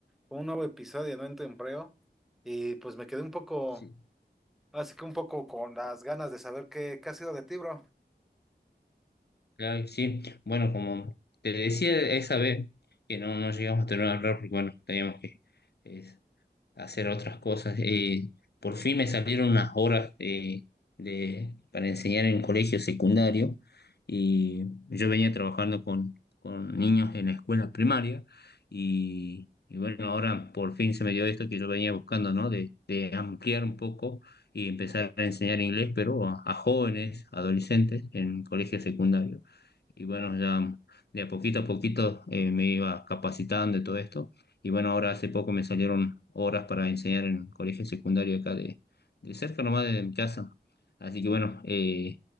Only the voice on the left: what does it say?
Sí,
claro que sí. Bueno, como te decía esa vez que no, no llegamos a tener una reunión, porque bueno, teníamos que eh, hacer otras cosas. Eh, por fin me salieron unas horas eh, de, para enseñar en colegio secundario y yo venía trabajando con, con niños en la escuela primaria y, y bueno, ahora por fin se me dio esto que yo venía buscando, ¿no? De, de ampliar un poco y empezar a enseñar inglés, pero a, a jóvenes, adolescentes en colegio secundario. Y bueno, ya de a poquito a poquito eh, me iba capacitando de todo esto y bueno, ahora hace poco me salieron horas para enseñar en colegio secundario acá de, de cerca nomás de mi casa. Así que bueno, eh,